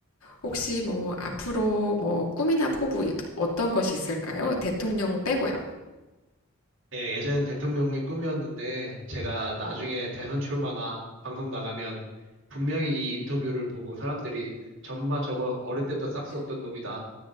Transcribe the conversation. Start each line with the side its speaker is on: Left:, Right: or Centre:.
Left: 혹시 뭐 앞으로 뭐 꿈이나 포부 어떤 것이 있을까요? 대통령 빼고요.
Right: 예, 예전엔 대통령의 꿈이었는데 제가 나중에 대선 출마나 방송 나가면 분명히 이 인터뷰를 보고 사람들이 전마 저거 어릴 때부터 싹스 없던 놈이다.